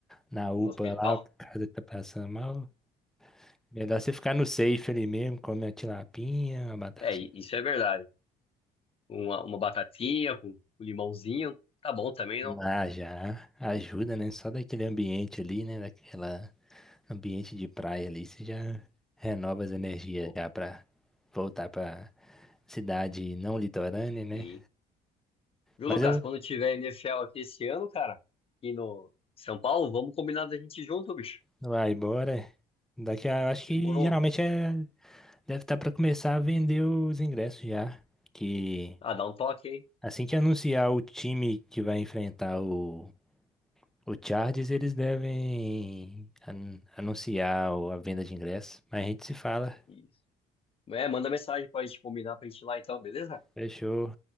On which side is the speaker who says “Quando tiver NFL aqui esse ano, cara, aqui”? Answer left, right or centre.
Left